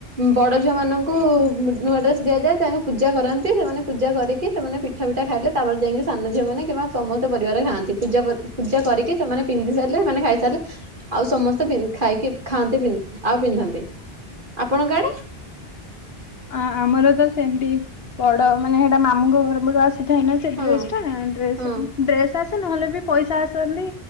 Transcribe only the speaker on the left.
ଆ ଆମର ତ ସେମତି ବଡ ମାନେ ହେଟା ମାମୁଙ୍କ ଘର ପଟୁ ଆସେ ଆସି ଥାଏନା ସେ
ଡ୍ରେସ ଟା, ଡ୍ରେସ
ଡ୍ରେସ ସେ ନହେଲେ ବି ପଇସା ଆସନ୍ତି,